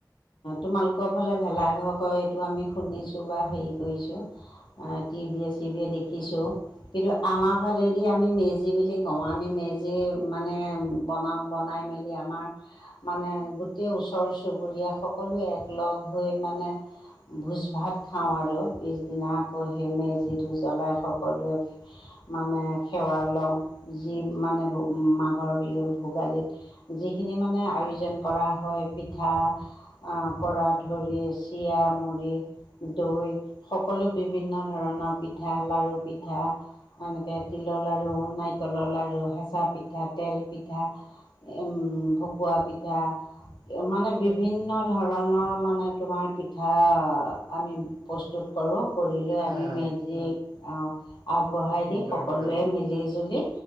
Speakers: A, on the left; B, on the right.
A: তোমালোকৰ ফালে ভেলাঘৰ কয় এইটো আমি শুনিছোঁ বা হেৰি কৰিছো। টি ভিয়ে চিভিয়ে দেখিছোঁ। কিন্তু আমাৰ ফালেদি আমি মেজি বুলি কওঁ আমি মেজি মানে বনাওঁ বনাই মেলি আমাৰ মানে গোটেই ওচৰ চুবুৰীয়া সকলো একলগ হৈ মানে ভোজ ভাত খাওঁ আৰু পিছদিনা আকৌ সেই মেজিটো জ্বলাই সকলোৱে মানে সেৱা লওঁ যি মানে মাঘৰ বিহু ভোগালীত যিখিনি মানে আয়োজন কৰা হয়, পিঠা আহ পৰা ধৰি চিৰা মুৰি দৈ সকলো বিভিন্ন ধৰণৰ পিঠা, লাৰু পিঠা এনেকে তিলৰ লাৰু, নাৰিকলৰ লাৰু, হেঁচা পিঠা, তেল পিঠা উম ভকুৱা পিঠা, মানে বিভিন্ন ধৰণৰ মানে তোমাৰ পিঠা আমি প্ৰস্তুত কৰোঁ কৰি লৈ
B: হয়
A: আমি
B: হয়
A: মেজিক অ, আগবঢ়াই
B: খুব সুন্দৰ
A: দি সকলোৱে
B: ভাল
A: মিলি জুলি